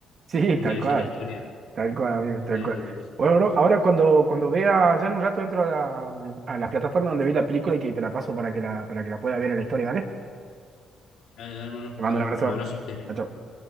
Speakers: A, on the right; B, on the left.
A: Sí,
B: Muchas
A: tal
B: veces
A: cual,
B: la historia,
A: tal cual, amigo,
B: la historia
A: tal cual.
B: tiene cosas
A: Bueno,
B: que no
A: bro, ahora cuando, cuando vea, ya en un rato entro a la, mm, a la plataforma donde vi la película y te, te la paso para que la, para que la pueda ver en la historia, ¿vale?
B: Dale, dale, hermano,
A: Te mando
B: dale.
A: un abrazo.
B: Un abrazo que estés bien.
A: Chao, chao.